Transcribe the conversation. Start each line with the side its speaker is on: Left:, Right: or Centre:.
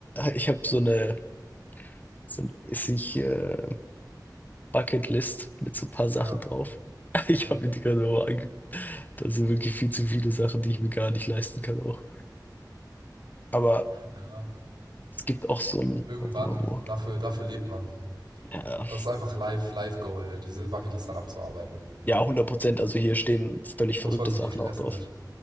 Left: ich hab so eine, so eine mäßig äh, Bucketlist mit so ein paar Sachen
Right: Ja,
Left: drauf. <laughs> Ich
Right: ja,
Left: habe mir die gerade auch angeguckt. Da sind wirklich viel zu viele Sachen, die ich mir gar nicht leisten kann auch. Aber
Right: ja.
Left: es gibt auch so ein,
Right: Irgendwann,
Left: warte mal, wo?
Right: dafür, dafür lebt man.
Left: Ja,
Right: Das ist einfach live, live Goal, diese Bucketlist dann abzuarbeiten.
Left: ja, 100%. Also hier stehen völlig
Right: Muss
Left: verrückte
Right: man sich
Left: Sachen
Right: nicht stressen
Left: auch drauf.
Right: mit.